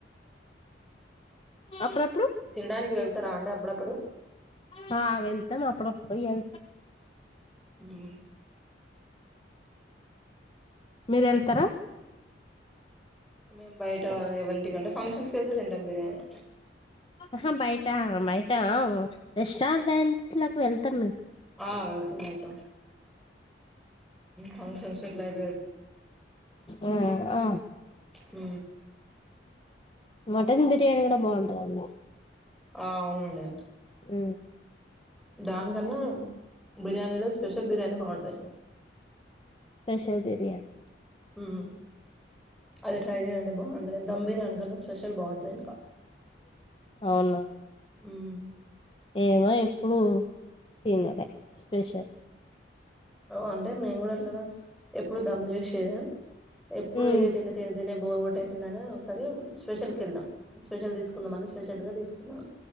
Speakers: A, on the left; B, in the centre.
A: అప్పుడప్పుడు
B: తినడానికి వెళ్తారా అండి అప్పుడప్పుడు
A: హా వెల్తమ్ అప్పుడప్పుడు ఎ
B: మ్
A: మీరు వెళ్తార
B: మేమ్ బయట ఎవరింటికంటె ఫంక్షన్స్ కి వెళ్తే తింటాం బిర్యానీ
A: అహా బయట బయట ఆ రెస్టారెంట్ ఫ్రెండ్స్ లాకి వెళ్తాం మేము
B: ఆ వెళ్తాం వెళ్తాం ఫంక్షన్స్ కి ఇట్లా అయి
A: ఆ ఆ
B: హ
A: మటన్ బిర్యానీ కూడా బాగుంటదండి
B: ఆ అవునండి
A: అ
B: దాన్ కన్నా బిర్యానీలో స్పెషల్ బిర్యానీ బావుంటది.
A: స్పెషల్ బిర్యాని
B: ఉమ్ అది ట్రై చేయండి బావుంట ద దమ్ బిర్యానీ కన్నా స్పెషల్ బావుంటది ఇంకా
A: అవునా
B: హ్మ్.
A: ఏమో ఎప్పుడు తినేదే స్పెషల్
B: ఓ అంటే మేము కూడా ఇట్లా ఎప్పుడు దమ్ చేసేదే ఎప్పుడు
A: ఉమ్
B: ఇదే తిని తిని తిని బోర్ గొట్టేసిందని ఒకసారి స్పెషల్ కే వెళ్దాం స్పెషల్ తీస్ కుందామంని స్పెషల్ గా తీసుకున్నా